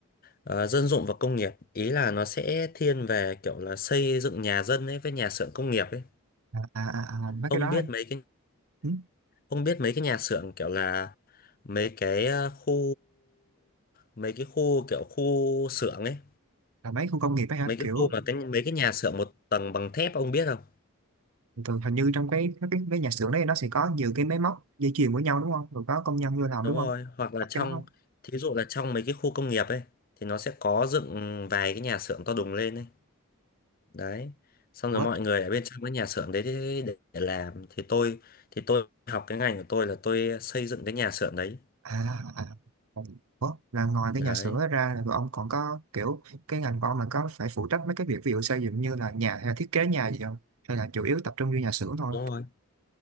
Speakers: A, on the left; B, on the right.
A: ờ, dân dụng và công nghiệp ý là nó sẽ thiên về kiểu là xây dựng nhà dân ấy với nhà xưởng công nghiệp ấy
B: À, à, à, à, mấy
A: ông
B: cái đó
A: biết mấy cái
B: ừ?
A: ông biết mấy cái nhà xưởng kiểu là mấy cái ờ, khu mấy cái khu kiểu khu xưởng ấy
B: là mấy khu công nghiệp ấy hả?
A: mấy cái
B: Kiểu
A: khu mà cái mấy cái nhà xưởng một tầng bằng thép ông biết không
B: Thường hình như trong cái cái cái nhà xưởng đấy nó sẽ có nhiều cái máy móc dây chuyền với nhau đúng không? Rồi có công nhân vô làm
A: đúng
B: đúng
A: rồi
B: không?
A: hoặc là
B: Phải
A: trong
B: Cái đó không?
A: thí dụ là trong mấy cái khu công nghiệp ấy thì nó sẽ có dựng vài cái nhà xưởng to đùng lên ấy đấy xong
B: Ủa?
A: rồi mọi người ở bên trong cái nhà xưởng đấy để, để làm thì tôi thì tôi học cái ngành của tôi là tôi xây dựng cái nhà xưởng đấy
B: À, à. à. Ủa? Là ngoài cái
A: đấy
B: nhà xưởng đó ra là ông còn có kiểu cái ngành của ông là có phải phụ trách mấy cái việc ví dụ xây dựng như là nhà hay là thiết kế nhà gì không? Hay là chủ yếu tập trung vô nhà xưởng thôi?
A: đúng rồi